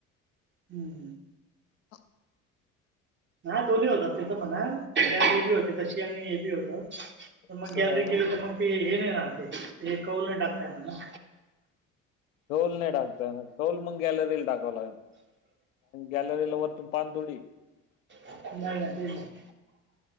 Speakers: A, on the right; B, on the left.
A: हम्म,
B: हा,,
A: हा,, दोन्ही होतात, ते तर म्हणाऽ गॅलरी बी होती तशी,, आणि हे बी होत,, तर मग
B: असं
A: गॅलरी केली तर मगऽ ते हेन नाइ रात ते,, अ ते कौल टाकता एनार ना,
B: ठोल नाही टाकतय ना,, ठोल मग गेलरीला टाकावाव लागेल, गॅलरी ला वरतून पान तोडीऽ
A: नाही, नाही तेच,,